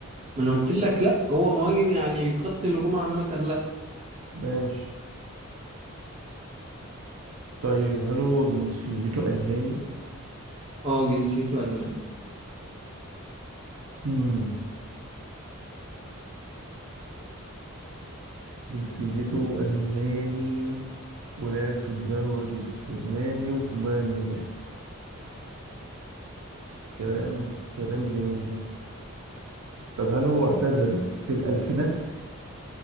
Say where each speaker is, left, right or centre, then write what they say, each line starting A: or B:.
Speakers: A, on the right; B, on the right.
A: ما انا قلت لك لا هو مهاجم يعني في خط الهجوم عامة لا
B: ماشي طيب هل هو جنسيته الماني
A: اه جنسيته الماني
B: امم جنسيته الماني ولعب في الدوري الالماني وفي بايرن ميونخ كلام كلام جميل طب هل هو اعتزل في الألفينات؟